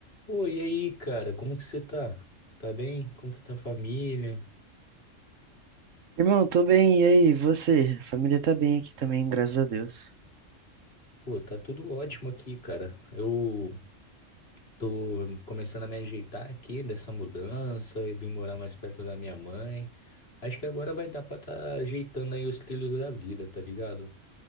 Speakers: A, on the left (about 50°); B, on the right (about 75°).
A: Pô, e aí, cara, como que você tá? Você tá bem? Como que tá a família?
B: Irmão, tô bem, e aí, você? A família tá bem aqui também, graças a Deus.
A: Pô, tá tudo ótimo aqui, cara. Eu tô começando a me ajeitar aqui dessa mudança e vim morar mais perto da minha mãe. Acho que agora vai dar pra tá ajeitando aí os trilhos da vida, tá ligado?